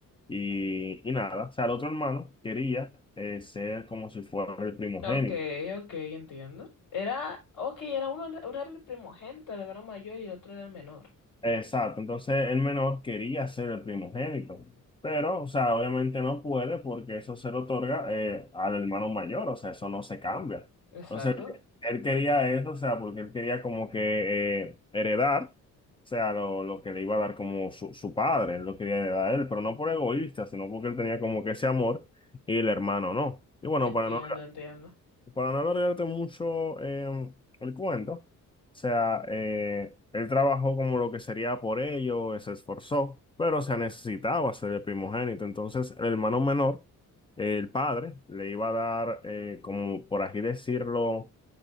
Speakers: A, on the left; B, on the left.
A: y, y nada. O sea, el otro hermano quería eh, ser como si fuera el primogénito.
B: Okay, okay, entiendo. Era, okay, era uno, uno era el primogénito, el hermano mayor y el otro era el menor.
A: Exacto, entonces el menor quería ser el primogénito, pero, o sea, obviamente no puede porque eso se le otorga eh, al hermano mayor, o sea, eso no se cambia.
B: Exacto.
A: Entonces, él, él quería eso, o sea, porque él quería como que eh, heredar, o sea, lo, lo que le iba a dar como su, su padre, él lo quería heredar a él, pero no por egoísta, sino porque él tenía como que ese amor y el hermano no. Y bueno,
B: Entiendo,
A: para no
B: entiendo.
A: para no alargarte mucho eh, el cuento, o sea, eh, él trabajó como lo que sería por ello, se esforzó, pero se necesitaba ser el primogénito. Entonces, el hermano menor, eh, el padre, le iba a dar, eh, como por así decirlo,